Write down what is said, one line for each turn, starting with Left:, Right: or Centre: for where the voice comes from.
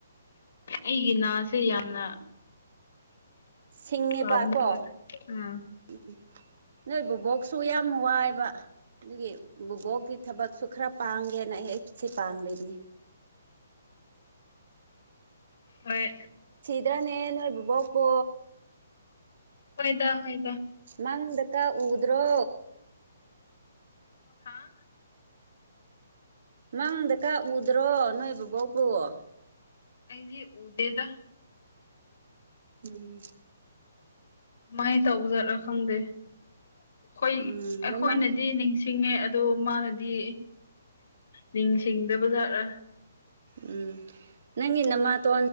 Left: ꯑꯩꯒꯤ ꯁꯦ ꯌꯥꯝꯅ
Right: ꯁꯤꯡꯉꯦꯕ
Left: ꯐꯕꯅꯦꯕ
Right: ꯀꯣ
Left: ꯑꯥ
Right: ꯎꯝ ꯅꯣꯏ ꯕꯕꯣꯛꯁꯨ ꯌꯥꯝ ꯋꯥꯏꯕ ꯑꯗꯨꯒꯤ ꯕꯕꯨꯕꯣꯛꯀꯤ ꯊꯕꯛꯁꯨ ꯈꯔ ꯄꯥꯡꯒꯦꯅ ꯑꯩ ꯑꯩꯁꯦ ꯄꯥꯡꯗ꯭ꯕꯅꯤ
Left: ꯍꯣꯏ
Right: ꯑꯗꯨ꯭ꯔꯥꯅꯦ ꯅ ꯕꯤꯕꯄꯣ
Left: ꯐꯣꯏꯗ ꯍꯣꯏ
Right: ꯃꯪꯗꯀ ꯎꯗ꯭ꯔꯣ
Left: ꯍꯥꯥ
Right: ꯃꯪꯗ ꯀꯥ ꯎꯗ꯭ꯔꯣ ꯅꯣꯏ ꯕꯕꯣꯛꯕ
Left: ꯑꯩꯗꯤ ꯎꯗꯦꯗ
Right: ꯎꯝ
Left: ꯀꯃꯥꯏꯅ ꯇꯧꯕ ꯆꯠꯂꯣ ꯈꯪꯗꯦ ꯑꯩꯈꯣꯏ
Right: ꯎꯝ
Left: ꯑꯩꯈꯣꯏꯅꯗꯤ
Right: ꯅꯃ
Left: ꯅꯤꯡ ꯁꯤꯡꯉꯦ ꯑꯗꯣ ꯃꯥꯅꯗꯤ ꯅꯤꯡꯁꯤꯡꯗꯕꯖꯥꯠꯥ
Right: ꯎꯝ ꯅꯪ ꯏ ꯅ ꯃꯥ ꯇ